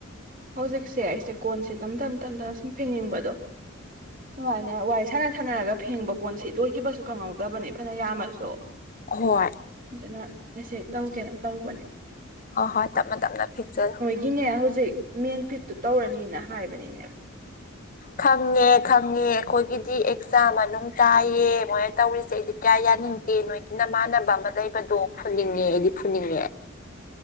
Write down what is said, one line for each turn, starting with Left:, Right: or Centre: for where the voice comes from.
Right: ꯍꯧꯖꯤꯛꯁꯦ ꯑꯩꯁꯦ ꯀꯣꯟꯁꯦ ꯇꯞ ꯇꯞ ꯇꯞꯅ ꯁꯨꯝ ꯐꯦꯡꯅꯤꯡꯕꯗꯣ ꯁꯨꯃꯥꯏꯅ ꯋꯥꯔꯤ ꯁꯥꯟꯅ ꯁꯥꯟꯅꯔꯒ ꯐꯦꯡꯕ ꯀꯣꯟꯁꯤ ꯂꯣꯏꯈꯤꯕꯁꯨ ꯈꯪꯍꯧꯗꯕꯅꯤ ꯐꯅ ꯌꯥꯝꯃꯁꯨ
Left: ꯍꯣꯏ
Right: ꯑꯗꯨꯅ ꯃꯁꯤ ꯇꯧꯒꯦꯅ ꯇꯧꯕꯅꯦ
Left: ꯑꯥ ꯍꯣꯏ ꯇꯞꯅ ꯇꯞꯅ ꯐꯦꯡꯖꯤꯜꯂꯣ
Right: ꯒꯤꯅꯦ ꯍꯧꯖꯤꯛ ꯃꯦꯟ ꯐꯤꯠꯇꯨ ꯇꯧꯔꯅꯤꯅ ꯍꯥꯏꯕꯅꯤꯅꯦ <inaudible>
Left: ꯈꯪꯉꯦ ꯈꯪꯉꯦ ꯑꯩꯈꯣꯏꯒꯤꯗꯤ ꯑꯦꯛꯖꯥꯝ ꯃꯅꯨꯡ ꯇꯥꯏꯌꯦ ꯃꯣꯏꯅ ꯇꯧꯔꯤꯁꯦ ꯑꯩꯗꯤ ꯀꯌꯥ ꯌꯥꯅꯤꯡ ꯅꯣꯢꯒꯤ ꯃꯥꯟꯅꯕ ꯑꯃ ꯂꯩꯕꯗꯣ ꯐꯨꯅꯤꯡꯉꯦ ꯑꯩꯗꯤ ꯐꯨꯅꯤꯡꯉꯦ